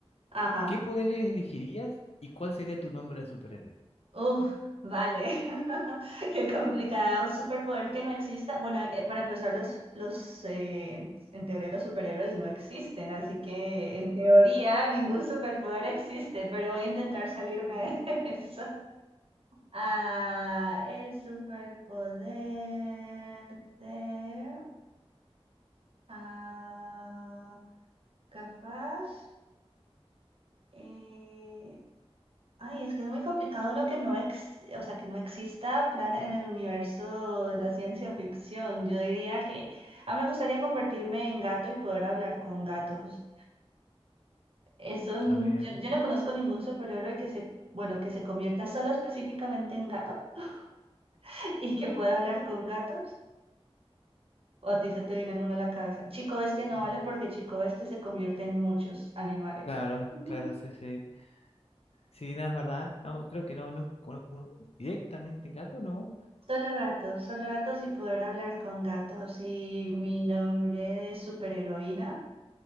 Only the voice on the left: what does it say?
¿Qué poderes elegirías y cuál sería tu nombre de superhéroe?
Está bien.
Mm.
Claro,
claro, sí, sí. Sí, no es verdad. No, creo que no, no conozco uno directamente en gato, ¿no?